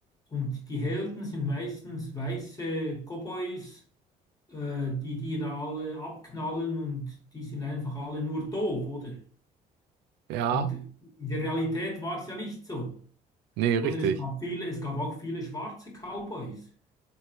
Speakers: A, on the left; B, on the right.
A: und die Helden sind meistens weiße Cowboys äh, die die da alle abknallen und die sind einfach alle nur doof, oder?
B: ja,
A: Und in der Realität war es ja nicht so.
B: nee,
A: Oder
B: richtig.
A: es gab viele, es gab auch viele schwarze Cowboys,